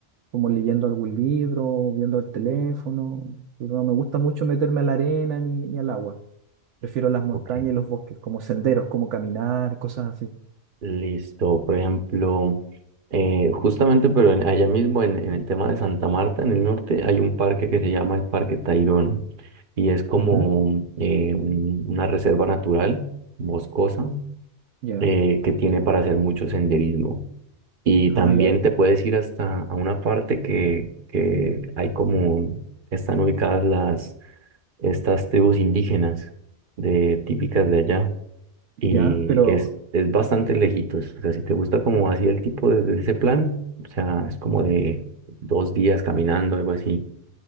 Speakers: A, on the right (about 85°); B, on the right (about 50°).
A: como leyendo algún libro, viendo el teléfono, pero no me gusta mucho meterme a la arena ni, ni al agua. Prefiero las montañas
B: Ok.
A: y los bosques, como senderos, como caminar, cosas así.
B: Listo, por ejemplo, eh, justamente, pero en- allá mismo en, en el tema de Santa Marta, en el norte, hay un parque que se llama el Parque Tayrona y es como
A: Ujú,
B: eh, un- una reserva natural, boscosa,
A: Ya.
B: eh, que tiene para hacer mucho senderismo. Y
A: Ah,
B: también
A: ya, eh,
B: te puedes ir hasta a una parte que, que hay como, están ubicadas las, estas tribus indígenas de, típicas de allá y
A: ya, pero
B: es, es bastante lejitos. O sea, si te gusta como así el tipo de, de ese plan, o sea, es como de dos días caminando, algo así.